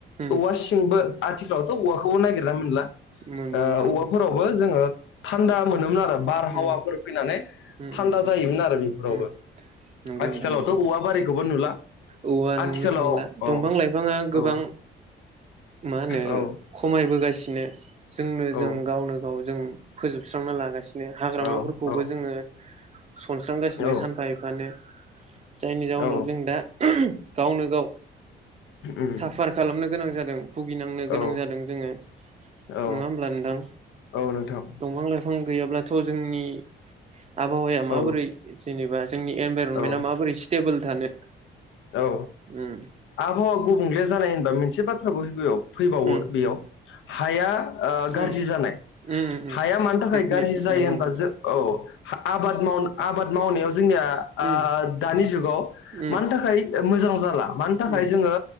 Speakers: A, on the right; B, on the left.
A: उम
B: औवा सिंबो आथिखालावथ' औवाखौबो नागिरना मोनला
A: मोनबांला
B: ओ औवाफोरावबो
A: औ
B: जोङो थान्दा मोनोमोन आरो। बार
A: उम
B: हावाफोरफोर फैनानै
A: उम
B: थान्दा
A: उम उम
B: जायोमोन आरो बेफोरावबो
A: उम नंगौ
B: आथिखालावथ'
A: नोंथां नंगौ
B: औवा बारिखौबो नुला
A: औवा नुनो
B: आथिखालाव
A: थांला
B: औ
A: दंफां लाइफाङा गोबां
B: औ
A: मा होनो
B: औ
A: खमाय बोगासिनो जोंनो
B: औ
A: जों गावनो गाव जों फोजोबस्रांना लागासिनो हाग्रामाफोरखौबो
B: औ
A: जोङो सनस्रांगासिनो
B: औ
A: सानफा एफानो जायनि जाउनाव
B: औ
A: जों दा गावनो गाव
B: उम
A: साफार खालामनो गोनां जादों भुगिनांनो गोनां
B: औ
A: जादों जोङो
B: औ
A: नङा होमब्ला नोंथां
B: औ नोंथां
A: दंफां लाइफां गैयाब्लाथ' जोंनि आबहावाया माबोरै
B: औ
A: जेनेबा जोंनि एनभाइरनमेन्टआ
B: औ
A: माबोरै स्टेबोल थानो
B: औ
A: उम
B: आबहावा गुबुंले जानाय होनबा मोनसे बाथ्राखो गिबियाव फैबावो
A: उम
B: बेयाव हाया ओ गाज्रि
A: उम
B: जानाय
A: उम उम उम
B: हाया मानि थाखाय
A: डेफिनेटलि
B: गाज्रि जायो
A: नंगौ
B: होनबा
A: नोंथां
B: औ आबाद माव आबाद मावनायाव जोंनिया
A: उम
B: दानि जुगाव
A: उम
B: मानि थाखाय मोजां जाला मानि थाखाय
A: उम
B: जोङो